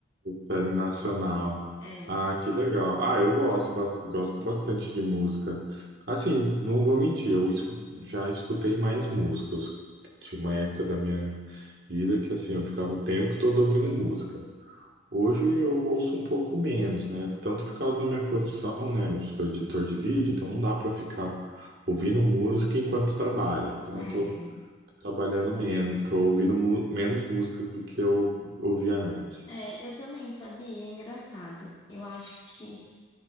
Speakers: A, on the right (about 55°); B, on the left (about 20°).
A: série nacional.
B: É,
A: Ah, que legal. Ah, eu gosto, ba- gosto bastante de música. Assim, não vou mentir, eu escu- já escutei mais músicas. Tinha uma época da minha vida que assim, eu ficava o tempo todo ouvindo música. Hoje eu ouço um pouco menos, né? Tanto por causa da minha profissão, né? Eu sou editor de vídeo, então não dá para ficar ouvindo música enquanto trabalha. Então
B: é.
A: eu tô, tô trabalhando menos, tô ouvindo mu- menos músicas do que eu ouvia antes.
B: É, eu também sabia, é engraçado. Eu acho que